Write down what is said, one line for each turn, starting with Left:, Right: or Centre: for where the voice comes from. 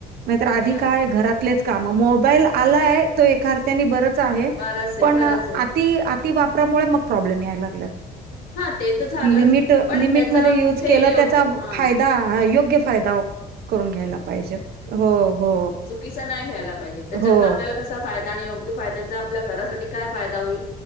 Right: नाहीतर आधी
Left: ते आहेच.
Right: काय घरात आपलेच काम मोबाईल आलाय तो एका अर्थ्यानी बरच आहे
Left: बरंच आहे
Right: पण
Left: खरंच
Right: आती
Left: आहे
Right: आति वापरामुळे मग प्रॉब्लेम यायला लागलात
Left: हा ते तर झालंच.
Right: लिमिट
Left: पण
Right: लिमिट
Left: त्याचा
Right: मध्ये यूज
Left: कुठे
Right: केलं
Left: योग
Right: त्याचा
Left: हा
Right: फाय दा योग्य फायदा करून घ्यायला पाहिजेत हो हो
Left: <unintelligible> कसा नाही घ्यायला पाहिजे त्याच्यात
Right: हो
Left: आपल्याला कसा फायदा आणि योग्य फायद्याचा आपल्या घरासाठी काय फायदा होईल